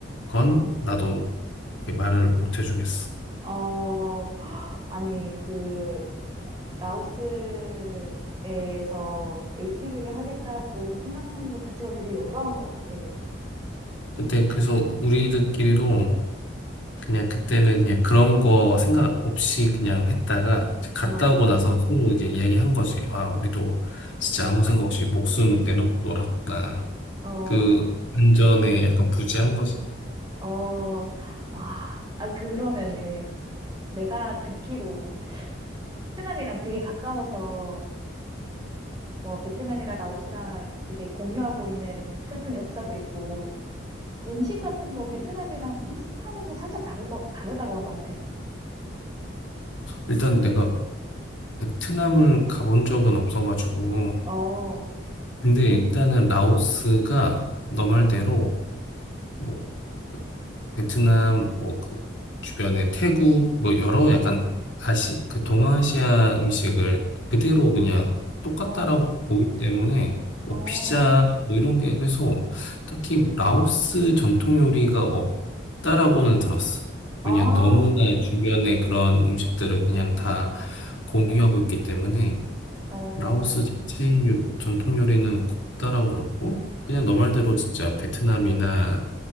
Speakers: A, on the left; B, on the right.
A: 건
B: 어,
A: 나도 이렇게 말을 못 해주겠어.
B: 어, 아니, 그, 라오스에서 ATV를 하겠다고 생각한 것 자체가 되게 용감한 것 같아.
A: 그때 그래서 우리들끼리도 그냥 그때는 그냥 그런 거 생각 없이 그냥 했다가 이제 갔다
B: 어,
A: 오고 나서 서로 이제 이야기한 거지. 아, 우리도 진짜 아무 생각 없이 목숨 내놓고 놀았구나.
B: 어,
A: 그 안전에 약간 부재한 거지.
B: 어, 아, 아, 그러면은 내가 듣기로 베트남이랑 되게 가까워서 뭐 베트남이랑 라오스랑 되게 공유하고 있는 슬픈 역사도 있고 음식 같은 거 베트남이랑 비슷하면서 살짝 다르고 다르다고 하던데.
A: 일단 내가 베트남을 가본 적은 없어가지고
B: 어, 어,
A: 근데 일단은 라오스가 너 말대로 뭐 베트남, 뭐, 그 주변에 태국, 뭐, 여러 약간 아시, 그 동아시아 음식을 그대로 그냥 똑같다라고
B: 어,
A: 보기 때문에,
B: 어,
A: 뭐, 피자, 뭐, 이런 게, 그래서 딱히 라오스 전통 요리가 없다라고는 들었어.
B: 아,
A: 왜냐면 너무나 주변에 그런 음식들을 그냥 다 공유하고 있기 때문에,
B: 어, 어,
A: 라오스 자체 요- 전통 요리는 없다라고 들었고, 그냥 너 말대로 진짜 베트남이나